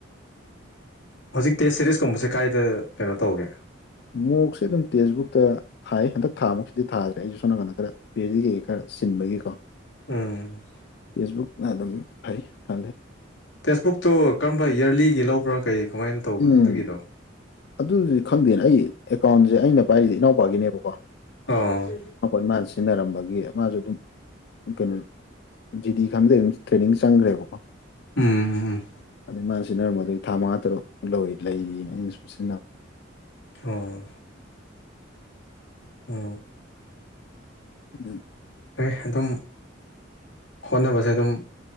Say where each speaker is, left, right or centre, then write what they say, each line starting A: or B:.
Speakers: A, on the left; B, on the left.
A: ꯍꯧꯖꯤꯛ ꯇꯦꯁ ꯁꯦꯔꯤꯁꯀꯨꯝꯕꯁꯦ ꯀꯥꯏꯗ ꯀꯩꯅꯣ ꯇꯧꯒꯦ
B: ꯃꯣꯛꯁꯦ ꯑꯗꯨꯝ ꯇꯦꯛꯁꯕꯨꯛꯇ ꯊꯥꯏ ꯍꯟꯗꯛ ꯊꯥꯃꯨꯛꯁꯤꯗꯤ ꯊꯥꯗ꯭ꯔꯦ ꯑꯩꯁꯨ ꯁꯣ ꯅꯥꯀꯟꯗ ꯈꯔ ꯄꯦꯔꯤꯈꯩꯒꯤ ꯈꯔ ꯆꯟꯕꯒꯤꯀꯣ
A: ꯎꯝ
B: ꯐꯦꯁꯕꯨꯛꯅ ꯑꯗꯨꯝ ꯐꯩ ꯈꯜꯂꯦ
A: ꯇꯦꯛꯁꯕꯨꯛꯇꯣ ꯀꯔꯝꯕ ꯏꯔꯂꯤꯒꯤ ꯂꯧꯕ꯭ꯔꯥ ꯀꯩ ꯀꯃꯥꯏꯅ ꯇꯧꯕ
B: ꯎꯝ
A: ꯑꯗꯨꯒꯤꯗꯣ
B: ꯑꯗꯨꯗꯤ ꯈꯪꯗꯦ ꯑꯩ ꯑꯦꯀꯥꯎꯟꯁꯦ ꯑꯩꯅ ꯄꯥꯏꯔꯤꯁꯦ ꯏꯅꯥꯎꯄꯥꯒꯤꯅꯦꯕꯀꯣ
A: ꯑꯣ
B: ꯑꯩꯈꯣꯏ ꯃꯥꯅ ꯁꯤꯖꯤꯟꯅꯔꯝꯕꯒꯤ ꯃꯥꯁꯨ ꯑꯗꯨꯝ ꯀꯩꯅꯣ ꯖꯤꯗꯤ ꯈꯪꯗ ꯇ꯭ꯔꯦꯅꯤꯡ ꯆꯪꯈ꯭ꯔꯦꯕꯀꯣ
A: ꯎꯝ
B: ꯑꯩ ꯃꯥꯅ ꯁꯤꯖꯤꯟꯅꯔꯝꯕꯗꯒꯤ ꯊꯥ ꯃꯉꯥ ꯇꯔꯨꯛ ꯂꯩꯔꯤꯅ ꯑꯩꯅꯁꯨ ꯁꯤꯟꯅꯕ
A: ꯍꯣꯡ ꯎ
B: ꯑꯗꯨꯗꯣ
A: ꯍꯣꯏ ꯑꯗꯨꯝ ꯍꯣꯠꯅꯕꯁꯦ ꯑꯗꯨꯝ